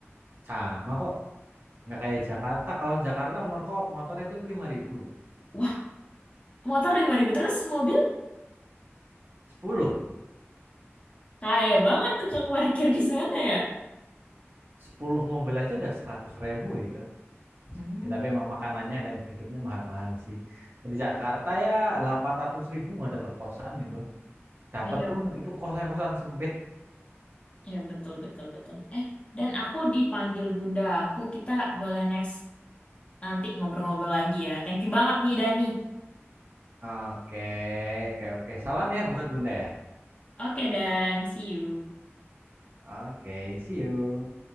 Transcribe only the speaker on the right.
sama kok. Nggak kayak Jakarta. Kalau Jakarta motor motor itu 5.000 loh.
sepuluh
sepuluh mobil aja udah 100.000 gitu.
Ya tapi emang makanannya dan hidupnya mahal-mahal sih. Di Jakarta ya 800.000 nggak dapat kosan itu. Dapat
pun itu kosan-kosan sempit.
Oke, oke, oke. Salam ya buat Bunda ya.
Oke, see you.